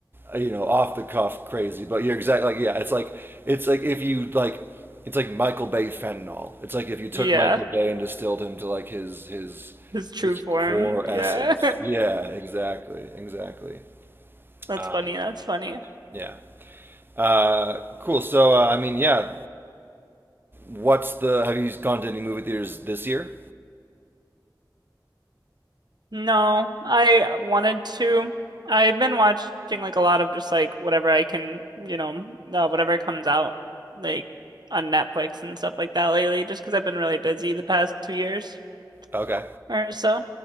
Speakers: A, on the right; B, on the right.
A: uh, you know, off the cuff crazy, but you're exactly like yeah, it's like it's like if you like it's like Michael Bay fentanyl. It's like if you took
B: Yeah,
A: Michael Bay and distilled him to like his his
B: his true
A: his
B: form.
A: core
B: Yeah.
A: essence.
B: <laughs>
A: Yeah, exactly. Exactly.
B: That's
A: Um,
B: funny. That's funny.
A: yeah. Uh, cool. So uh, I mean, yeah. What's the? Have you gone to any movie theaters this year?
B: No, I wanted to. I've been watching like a lot of just like whatever I can, you know, uh, whatever comes out like on Netflix and stuff like that lately, just because I've been really busy the past two years
A: Okay.
B: or so.